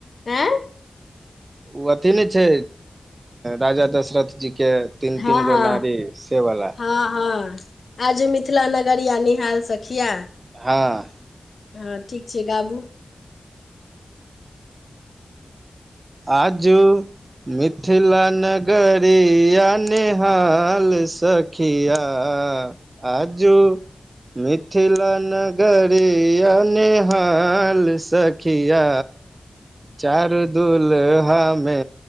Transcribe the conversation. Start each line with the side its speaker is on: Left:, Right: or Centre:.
Left: हँ
Right: ओ अथी नहि छै राजा दशरथजीके तीन
Left: हँ
Right: तीन
Left: हँ
Right: गो नारी सेवला
Left: हँ हँ आजु मिथिला नगर या निहाल सखिआ
Right: हँ
Left: हँ ठीक छै गाबू
Right: आज मिथिल ने गरिया निहाल सखिया आ आ जु मिथिला नगरीिया नेहाल सखिया चारू दुूलहामे